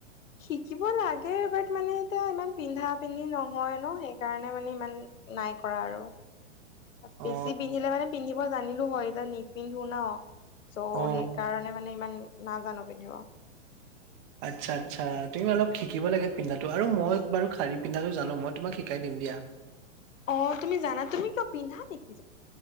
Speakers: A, on the left (about 85°); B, on the right (about 35°).
A: শিকিব লাগেবাট মানে এতিয়া ইমান পিন্ধা পিন্ধি নহয় ন' সেইকাৰণে মানে ইমান নাই কৰা আৰু। বেছি
B: অ
A: পিন্ধিলে মানে পিন্ধিব জানিলো হয়, এতিয়া নিপিন্ধো ন'। চ'
B: অ
A: সেইকাৰণে মানে ইমান নাজানো পিন্ধিব।
B: আচ্ছা আচ্ছা, তুমি অলপ শিকিব লাগে পিন্ধাটো আৰু মই বাৰু শাৰী পিন্ধাটো জানো, মই তোমাক শিকাই দিম দিয়া
A: অ' তুমি জানা, তুমি কিয় পিন্ধা নেকি?